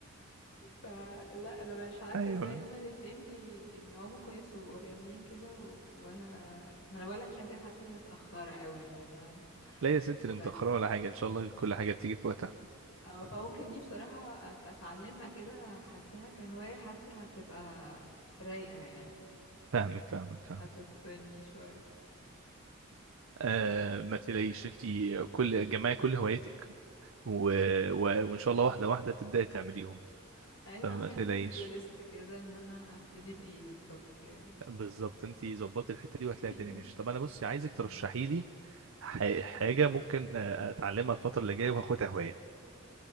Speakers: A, on the left; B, on the right.
A: فلا انا مش عارفه
B: ايوه
A: ازاي هما الاتنين بيعوموا كويس ورياضيين كده و... وانا ما انا بقول لك عشان كده حاسه إني متاخره قوي يعني يعني
B: لا يا ستي لا متاخره
A: فلا
B: ولا حاجه ان شاء الله كل حاجه بتيجي في وقتها
A: أو فممكن دي بصراحه أت... اتعلمها كده حاساها كهوايه حتى هتبقى رايقه يعني
B: فاهمك فاهمك فاهمك
A: هتفصلني شويه
B: آه ما تلاقيش انت كل جمعي كل هواياتك و... و... وان شاء الله واحده واحده تبداي تعمليهم
A: ايوه
B: فما
A: اعمل
B: تلاقيش
A: تو دو ليست كده ان انا ابتدي بايه بالظبط يعني
B: بالظبط انت ظبطي الحته دي وهتلاقي
A: <clears throat>
B: الدنيا ماشيه طب انا بصي عايزك ترشحي
A: مم.
B: لي ح... حاجه ممكن آه، اتعلمها الفتره اللي جايه وهاخدها هوايه